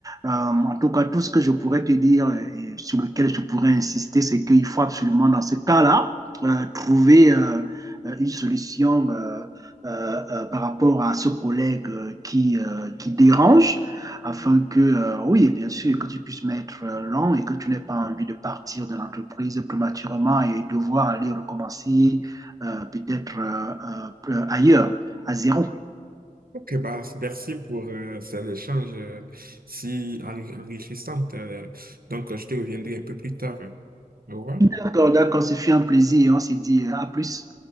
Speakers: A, on the right; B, on the right.
A: Euh, en tout cas, tout ce que je pourrais te dire euh, et sur lequel je pourrais insister, c'est qu'il faut absolument dans ce cas-là euh, trouver euh, euh, une solution. euh, euh, euh, par rapport à ce collègue euh, qui, euh, qui dérange afin que, euh, oui, bien sûr, que tu puisses mettre euh, l'an et que tu n'aies pas envie de partir de l'entreprise prématurément et devoir aller recommencer euh, peut-être euh, euh, ailleurs, à zéro.
B: Ok, bah, merci pour euh, ces échanges euh, si enri- enrichissantes. euh. donc, euh, je te reviendrai un peu plus tard. euh. Au revoir.
A: D'accord, d'accord, ce fut un plaisir. On s'est dit euh, à plus.